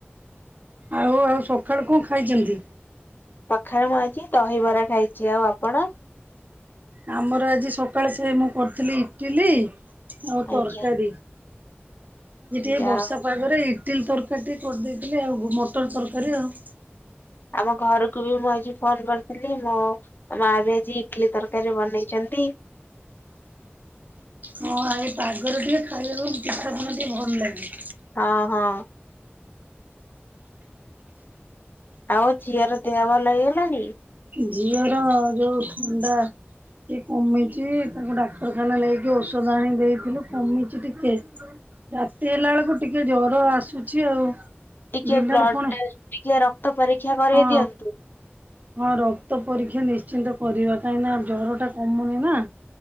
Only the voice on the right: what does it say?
ଆଉ ଆଉ ସଖାଳୁ କଣ ଖାଇଚନ୍ତି।
ଆମର ଆଜି ସକାଳେ ସେ ମୁଁ କରୁଥିଲି ଇଟିଲି ଆଉ
ତରକାରୀ ଆଜି ଟିକେ
ବର୍ଷା
ପାଗରେ ଇଟିଲି ତରକାରୀ ଟିକେ କରିଦେଇଥିଲି ଆଉ ଘୁ ମଟର ତରକାରୀ ଆଉ।
ହଁ ଆଜି ପାଗରେ ଟିକେ ଖାଇବାକୁ ପିଠାପଣା ଟିକେ ଭଲ ଲାଗେ।
ଝିଅର ଯୋଉ ଥଣ୍ଡା ଟିକେ କମିଚି ମୁ ଡାକ୍ତରଖାନା ନେଇକି ଔଷଧ ଆଣି ଦେଇଥିଲୁ କମିଚି ଟିକେ। ରାତି ହେଲା ବେଳକୁ ଟିକେ ଜ୍ୱର ଆସୁଚି ଆଉ।
ଦିନରେ
ପୁଣି
ହଁ
ହଁ ରକ୍ତ ପରୀକ୍ଷା ନିଶ୍ଚିନ୍ତ କରିବା କାହିଁକିନା ଜ୍ଵର ଟା କମୁନି ନାଁ।